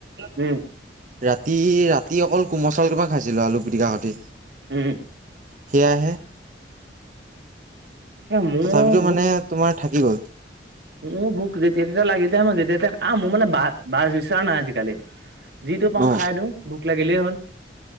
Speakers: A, on the right; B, on the right.
A: উম,
B: ৰাতি, ৰাতি তি অকল কোমল চাউল কেইটামান খাইছিলোঁ আলু পিটিকাৰ সৈতে।
A: উম,
B: সেয়াহে।
A: এ মোৰ
B: তথাপিতো
A: ভোক
B: মানে তোমাৰ থাকি গ'ল।
A: মোৰ ভোক যেতিয়া তেতিয়া লাগি যায় মই যেতিয়া আহ মোৰ মানে বা বাছ বিচাৰা নাই আজিকালি। যিটো পাওঁ
B: অ
A: খাই দিও ভোক লাগিলেই হ'ল।